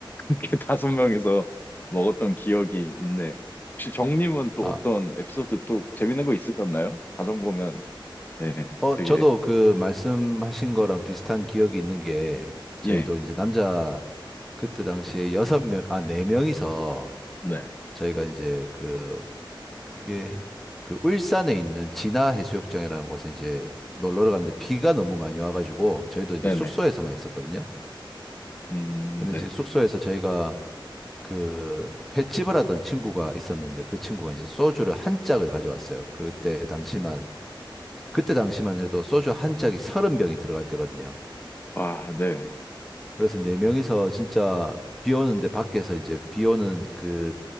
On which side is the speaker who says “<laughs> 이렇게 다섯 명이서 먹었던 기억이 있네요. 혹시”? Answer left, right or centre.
Left